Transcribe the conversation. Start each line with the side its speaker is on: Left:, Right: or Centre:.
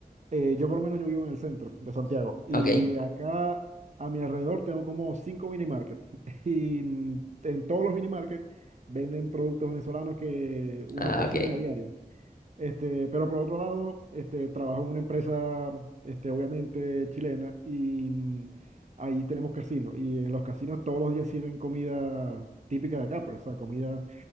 Right: eh, yo por lo menos yo vivo en el centro de Santiago y
Left: Ok,
Right: acá a mi alrededor tengo como cinco mini market <laughs> y mm, en todos los mini market venden productos venezolanos que uno
Left: ah,
Right: consume
Left: ok,
Right: a diario. Este, pero por otro lado, este, trabajo en una empresa, este, obviamente chilena y mm, ahí tenemos casinos y en los casinos todos los días sirven comida típica de acá, pues, o sea, comida